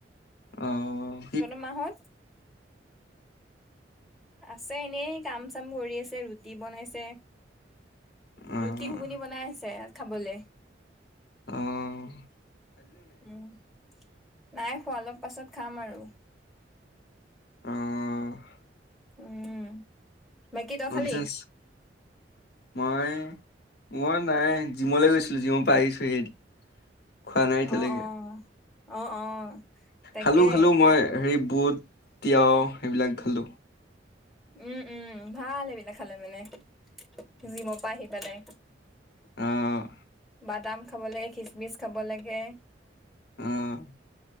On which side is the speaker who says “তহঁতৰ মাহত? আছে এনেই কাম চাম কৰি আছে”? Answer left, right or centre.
Centre